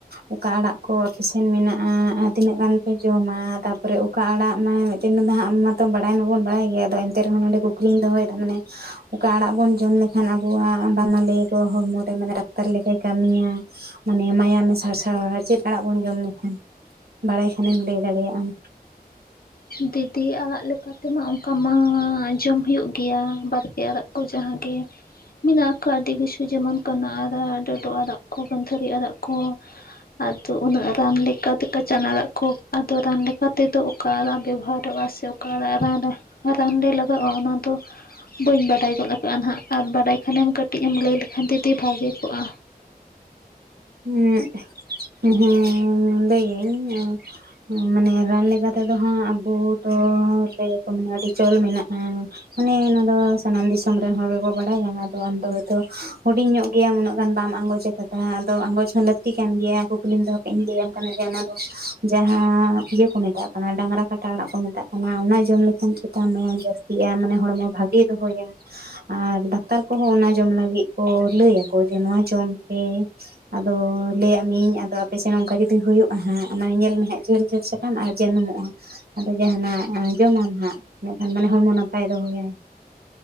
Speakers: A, on the right; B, on the left.
A: ᱚᱠᱟ ᱟᱲᱟᱜ ᱠᱚ ᱟᱯᱮᱥᱮᱱ ᱢᱮᱱᱟᱜᱼᱟ ᱟᱨ ᱛᱤᱱᱟᱹᱜ ᱜᱟᱱ ᱯᱮ ᱡᱚᱢᱟ ᱛᱟᱯᱚᱨᱮ ᱩᱯ ᱚᱠᱟ ᱟᱲᱟᱜ ᱢᱟᱱᱮ ᱢᱤᱫᱴᱮᱱ ᱦᱟᱸᱜ ᱢᱟᱛᱚ ᱵᱟᱲᱟᱭ ᱢᱟᱵᱚᱱ ᱵᱟᱲᱟᱭ ᱜᱮᱭᱟ ᱟᱫᱚ ᱮᱱᱛᱮ ᱨᱮᱦᱚᱸ ᱱᱚᱸᱰᱮ ᱠᱩᱠᱞᱤᱧ ᱫᱚᱦᱚᱭᱮᱫᱟ ᱢᱟᱱᱮ ᱚᱠᱟ ᱟᱲᱟᱜ ᱵᱚᱱ ᱡᱚᱢ ᱞᱮᱠᱷᱟᱱ ᱟᱵᱚᱣᱟᱜ ᱵᱟᱝᱢᱟ ᱞᱟᱹᱭ ᱟᱠᱚ ᱦᱚᱲᱢᱚ ᱨᱮ ᱢᱟᱱᱮ ᱰᱟᱠᱛᱟᱨ ᱞᱮᱠᱮ ᱠᱟᱹᱢᱤᱭᱟ ᱢᱟᱱᱮ ᱢᱟᱭᱟᱢᱮ ᱥᱟᱨᱥᱟᱣᱟ ᱪᱮᱫ ᱟᱲᱟᱜ ᱵᱚᱱ ᱡᱚᱢ ᱞᱮᱠᱷᱟᱱ? ᱵᱟᱲᱟᱭ ᱠᱷᱟᱱᱮᱢ ᱞᱟᱹᱭ ᱫᱟᱲᱮᱭᱟᱜᱼᱟᱢ
B: ᱫᱤᱫᱤ ᱟᱲᱟᱜ ᱞᱮᱠᱟ ᱱᱚᱛᱮ ᱢᱟ ᱚᱱᱠᱟ ᱢᱟ ᱡᱚᱢ ᱦᱩᱭᱩᱜ ᱜᱮᱭᱟ ᱵᱟᱨᱯᱮ ᱟᱲᱟᱜ ᱠᱚ ᱡᱟᱦᱟᱸᱜᱮ ᱢᱮᱱᱟᱜ ᱠᱚᱣᱟ ᱟᱹᱰᱤ ᱠᱤᱪᱷᱩ ᱡᱮᱢᱚᱱ ᱠᱟᱱᱟ ᱟᱲᱟᱜ ᱰᱟᱹᱰᱩ ᱟᱲᱟᱜ ᱠᱚ ᱜᱟᱹᱱᱫᱷᱟᱹᱨᱤ ᱟᱲᱟᱜ ᱠᱚ ᱟᱫᱚ ᱩᱱᱟᱹᱜ ᱨᱟᱱ ᱞᱮᱠᱟ ᱛᱮᱠᱟ ᱪᱟᱱᱟ ᱫᱟᱜ ᱠᱚ, ᱟᱫᱚ ᱨᱟᱱ ᱞᱮᱠᱟ ᱛᱮᱫᱚ ᱚᱠᱟ ᱨᱟᱱ ᱵᱮᱵᱽ ᱵᱮᱵᱽᱦᱟᱨᱚᱜᱼᱟ ᱥᱮ ᱚᱠᱟ ᱨᱟ ᱨᱟᱝ ᱨᱮ ᱟᱨ ᱦᱚᱸ ᱦᱟᱸᱰᱮ ᱞᱟᱜᱟᱼᱟ ᱚᱱᱟ ᱫᱚ ᱵᱟᱹᱧ ᱵᱟᱰᱟᱭ ᱜᱚᱫ ᱟᱠᱟᱜᱼᱟ ᱱᱟᱦᱟᱜ ᱟᱨ ᱵᱟᱰᱟᱭ ᱠᱷᱟᱱᱮᱢ ᱠᱟᱹᱴᱤᱡ ᱮᱢ ᱞᱟᱹᱭ ᱞᱮᱠᱷᱟᱱ ᱫᱤᱫᱤ ᱵᱷᱟᱜᱮ ᱠᱚᱜᱼᱟ᱾
A: ᱦᱩᱸᱜ ᱩᱸᱦᱩᱻ ᱞᱟᱹᱭᱟᱹᱧ ᱢᱟᱱᱮ ᱨᱟᱱ ᱞᱮᱠᱟ ᱛᱮᱫᱚ ᱦᱟᱸᱜ ᱟᱵᱚ ᱫᱚ ᱞᱟᱹᱭᱟᱠᱚ ᱢᱟᱱᱮ ᱟᱹᱰᱤ ᱪᱚᱞ ᱢᱮᱱᱟᱜᱼᱟ᱾ ᱢᱟᱱᱮ ᱱᱚᱣᱟ ᱫᱚ ᱥᱟᱱᱟᱢ ᱫᱤᱥᱚᱢ ᱨᱮᱱ ᱦᱚᱲ ᱜᱮᱠᱚ ᱵᱟᱲᱟᱭᱟ ᱟᱫᱚ ᱟᱢ ᱫᱚ ᱦᱚᱭᱛᱚ ᱦᱩᱰᱤᱧ ᱧᱚᱜ ᱜᱮᱭᱟᱢ ᱩᱱᱟᱹᱜ ᱜᱟᱱ ᱵᱟᱢ ᱟᱸᱜᱚᱪ ᱪᱤᱠᱟᱹᱛᱮ ᱟᱫᱚ ᱟᱸᱜᱚᱪ ᱦᱚᱸ ᱞᱟᱹᱠᱛᱤ ᱠᱟᱱ ᱜᱮᱭᱟ ᱠᱩᱠᱞᱤᱢ ᱫᱚᱦ ᱤᱧ ᱞᱟᱹᱭᱟᱢ ᱠᱟᱱᱟ ᱡᱮ ᱚᱱᱟ ᱫᱚ ᱡᱟᱦᱟᱸ ᱤᱭᱟᱹ ᱠᱚ ᱢᱮᱛᱟᱜ- ᱚᱱᱟ ᱰᱟᱝᱨᱟ ᱠᱟᱴᱟ ᱚᱲᱟᱜ ᱠᱚ ᱢᱮᱛᱟᱜ ᱠᱟᱱᱟ ᱚᱱᱟ ᱡᱚᱢ ᱞᱮᱠᱷᱟᱱ ᱪᱮᱛᱟ ᱢᱟᱭᱟ ᱡᱟᱹᱥᱛᱤᱜᱼᱟ᱾ ᱢᱟᱱᱮ ᱦᱚᱲᱢᱚ ᱵᱷᱟᱹᱜᱮ ᱫᱚᱦᱚᱭᱟᱭ᱾ ᱟᱨ ᱰᱟᱠᱛᱟᱨ ᱠᱚᱦᱚᱸ ᱚᱱᱟ ᱡᱚᱢ ᱞᱟᱹᱜᱤᱫ ᱠᱚ ᱞᱟᱹᱭᱟᱠᱚ ᱡᱮ ᱱᱚᱣᱟ ᱡᱚᱢ ᱯᱮ ᱟᱫᱚ ᱞᱟᱹᱭᱟᱜ ᱢᱤᱭᱟᱹᱧ ᱟᱫᱚ ᱟᱯᱮ ᱥᱮᱱ ᱚᱱᱠᱟ ᱡᱩᱫᱤ ᱦᱩᱭᱩᱜᱼᱟ ᱦᱟᱸᱜ ᱢᱟᱱᱮ ᱧᱮᱞ ᱢᱮ ᱦᱟᱸᱜ ᱡᱷᱟᱹᱞ ᱡᱷᱟᱹᱞ ᱥᱟ ᱠᱟᱢ ᱟᱨ ᱢᱟ. ᱱᱩᱢᱩᱜ ᱟ ᱟᱫᱚ ᱡᱟᱦᱟᱱᱟ ᱮᱢ ᱡᱚᱢᱟᱢ ᱦᱟᱸᱜ ᱤᱱᱟᱹᱠᱷᱟᱱ ᱢᱟᱱᱮ ᱦᱚᱲᱢᱚ ᱱᱟᱯᱟᱭ ᱫᱚᱦᱚᱭᱟᱭ